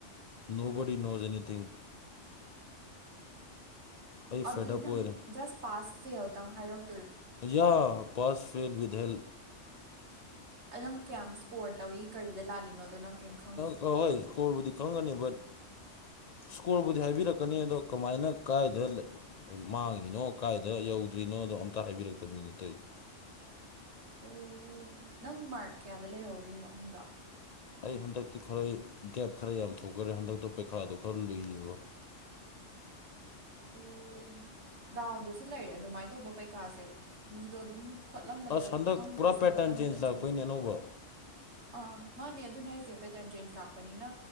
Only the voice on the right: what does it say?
ꯑꯗꯨꯗꯤ
ꯅꯪ
ꯖꯁ ꯄꯥꯁ ꯐꯦꯜꯗꯪ ꯍꯥꯏꯔꯛ
ꯑꯅꯪ ꯀꯌꯥꯝ ꯁ꯭ꯀꯣꯔ ꯇꯧꯏ ꯀꯔꯤꯗ ꯂꯥꯜꯂꯤꯅꯣꯗꯣ ꯅꯪ ꯀꯩꯏꯝ ꯈꯪ
ꯑꯣ ꯅꯪ ꯃꯥꯔꯛ ꯀꯌꯥꯗ ꯂꯩꯍꯧꯔꯤꯅꯣ ꯍꯟꯗꯛ
ꯑꯣ ꯗꯥꯎꯗꯁꯨ ꯂꯩꯔꯦ ꯑꯗꯨꯃꯥꯏ ꯇꯧꯕ ꯄꯩꯀꯥꯁꯦ ꯃꯤꯗꯣ ꯑꯗꯨꯝ ꯈꯣꯠꯂꯝꯕꯗ
ꯈꯪꯗ꯭ꯔꯁꯨ
ꯈꯣꯠꯂꯝꯕꯗ
ꯆꯨꯝ
ꯑꯥ ꯃꯥꯅꯦ ꯑꯗꯨꯅꯦ ꯍꯥꯏꯁꯦ ꯄꯦꯇꯔꯟ ꯆꯦꯟꯖ ꯂꯥꯛꯄꯅꯤꯅ